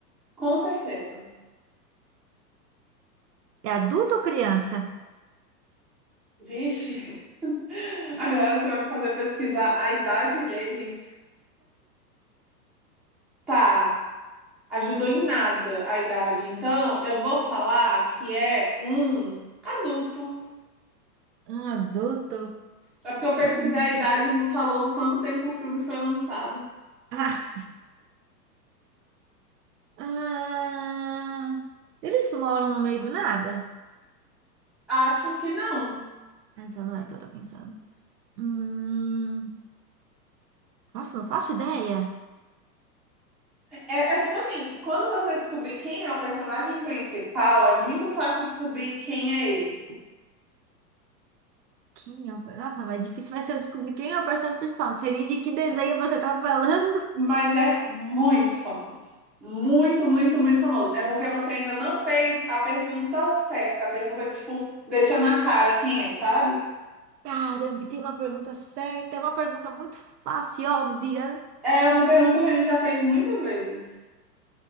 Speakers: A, in the centre; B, on the right.
A: com certeza.
B: É adulto ou criança?
A: Vixe, <laughs> agora você vai me fazer pesquisar a idade dele. Tá, ajudou em nada a idade. Então, eu vou falar que é um adulto.
B: Ah, adulto.
A: É porque eu pesquisei
B: Hum.
A: a idade e me falou quanto tempo o filme foi lançado.
B: Ah, Ah, eles moram no meio do nada?
A: Acho que não.
B: Ah, então não é que eu tô pensando. Hum, nossa, não faço ideia.
A: É, é tipo assim, quando você descobrir quem é o personagem principal, é muito fácil descobrir quem é ele.
B: Quem é o... Nossa, mas difícil vai ser eu descobrir quem é o personagem principal. Não sei nem de que desenho você tá falando.
A: Mas é muito famoso. Muito, muito, muito famoso. É porque você ainda não fez a pergunta certa, a pergunta que, tipo, deixa na cara quem é, sabe?
B: <laughs> Caramba, e tem uma pergunta certa. É uma pergunta muito fácil e óbvia.
A: É uma pergunta que a gente já fez muitas vezes.